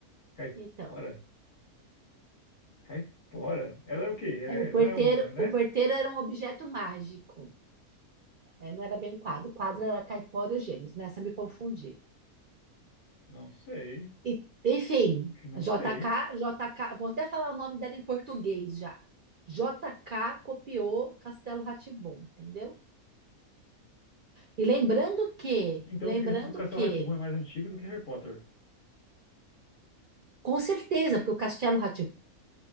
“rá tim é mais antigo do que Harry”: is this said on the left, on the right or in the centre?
Left